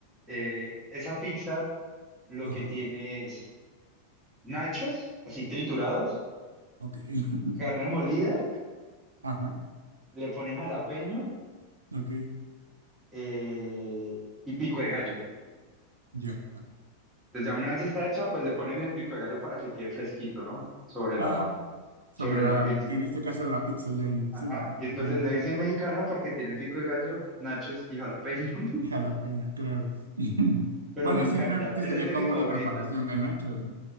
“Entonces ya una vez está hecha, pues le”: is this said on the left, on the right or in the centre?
Right